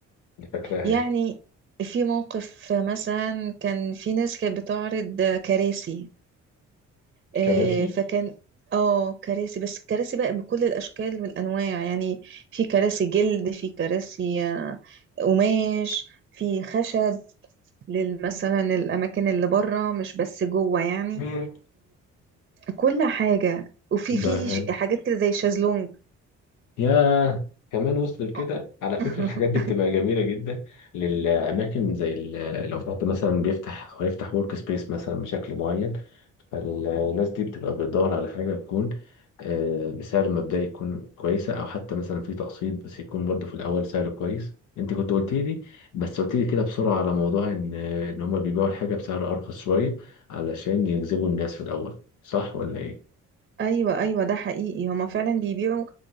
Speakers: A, on the left; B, on the right.
A: اللي فاكراها
B: يعني
A: يعني.
B: في موقف مثلا كان في ناس كانت بتعرض كراسي آه،
A: كراسي
B: فكان اه كراسي بس الكراسي بقى بكل الاشكال والانواع يعني في كراسي جلد في كراسي آه، قماش في خشب لل- مثلا الاماكن اللي بره مش بس جوه يعني
A: مين؟
B: وكل حاجه وفي في
A: ده حلو.
B: ش- حاجات كده زي الشازلونج
A: يا كمان وصل لكده
B: آه.
A: على فكرة
B: <laughs>
A: الحاجات دي بتبقى جميلة جدا للأماكن زي ال- لو فتحت مثلا بيفتح أو هيفتح ورك سبيس مثلا بشكل معين فالناس دي بتبقى بتدور على حاجة تكون آه، بسعر مبدئي يكون كويسة أو حتى مثلا في تقسيط بس يكون برضه في الأول سعر كويس أنت كنت قلت لي بس قلت لي كده بسرعة على موضوع إن إن هما بيبيعوا الحاجة بسعر أرخص شوية علشان يجذبوا الناس في الأول صح ولا إيه؟
B: ايوه ايوه ده حقيقي هما فعلا بيبيعوا